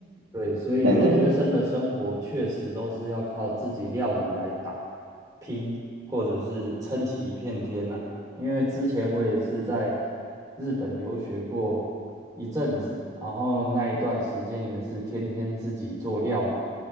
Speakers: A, on the right; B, on the right.
A: 对，所以留学生的生活确实都是要靠自己料理来打
B: <laughs> 对对
A: 拼，或者是撑起一片天呐、因为之前我也是在日本留学过一阵子，然后那一段时间也是天天自己做料理。